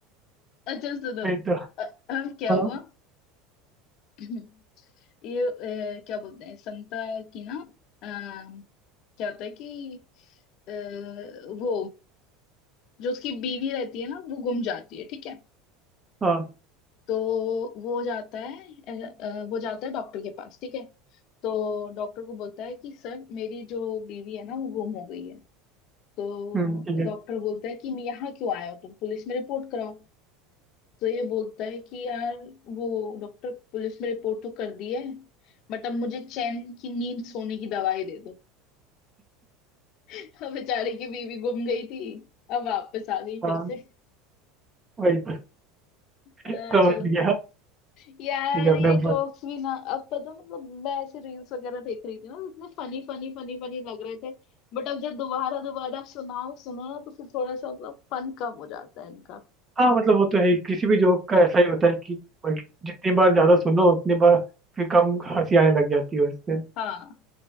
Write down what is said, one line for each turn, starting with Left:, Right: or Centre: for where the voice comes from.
Left: अच्छा सुनो
Right: नहीं तो
Left: अ- अब क्या
Right: हाँ
Left: हुआ <clears throat> ये अ, क्या बोलते हैं संता की ना अ, क्या होता है कि अ, वो जो उसकी बीवी रहती है ना वो गुम जाती है ठीक है
Right: हाँ
Left: तो वो जाता है अ, अ, वो जाता है डॉक्टर के पास ठीक है तो डॉक्टर को बोलता है कि सर मेरी जो बीवी है ना वो गुम हो गई है तो
Right: हम्म, ठीक है
Left: डॉक्टर बोलता है कि मैं यहाँ क्यों आया हो तुम पुलिस में रिपोर्ट कराओ तो ये बोलता है कि यार वो डॉक्टर पुलिस में रिपोर्ट तो कर दी है बट अब मुझे चैन की नींद सोने की दवाई दे दो <laughs> अब बेचारे की बीवी गुम गई थी अब वापस आ गई फिर
Right: हाँ
Left: से
Right: वही तो
Left: अ,
Right: समझ
Left: चलो
Right: गया
Left: तो यार
Right: ठीक है अब
Left: ये
Right: मैं
Left: जोक्स भी ना अब पता मतलब मैं ऐसे रील्स वगैरह देख रही थी ना तो इतने फनी फनी फनी फनी लग रहे थे बट अब जब दोबारा दोबारा सुनाओ सुनो ना तो फिर थोड़ा सा मतलब फन कम हो जाता है इनका
Right: हाँ मतलब वो तो है ही, किसी भी जॉब का ऐसा ही होता है कि मल्ट- जितनी बार ज्यादा सुनो उतनी बार फिर कम हंसी आने लग जाती है उससे
Left: हाँ